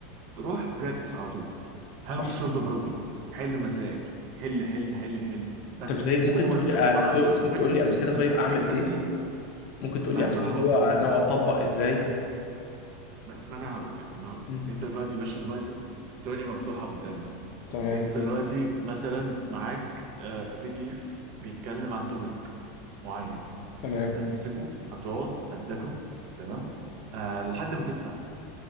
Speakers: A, on the right (about 50°); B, on the left (about 50°).
A: روح براكتس على طول هاو
B: صح
A: تو سولف بروبلم حل
B: مم.
A: مسائل حل حل حل حل بس
B: طب زي ممكن
A: هو
B: تقول
A: انت
B: لي
A: مجرد
B: ممكن
A: ما هتبراكتس
B: تقول لي امثله
A: هتكسب
B: طيب
A: هتكسب
B: اعمل ايه
A: ايه
B: ممكن تقول
A: ما,
B: لي امثله
A: ما انا
B: اللي
A: هقول
B: هو
A: لك
B: ناوي اطبق ازاي
A: ما ما انا هقول لك ما انا هقول لك
B: مم.
A: انت دلوقتي يا باشا دلوقتي الدنيا مفتوحه قدامك
B: تمام
A: انت دلوقتي مثلا معاك بي دي اف بيتكلم عن توبيك معين
B: تمام
A: هتمسكه هتقعد هتذاكره تمام آه لحد ما تفهم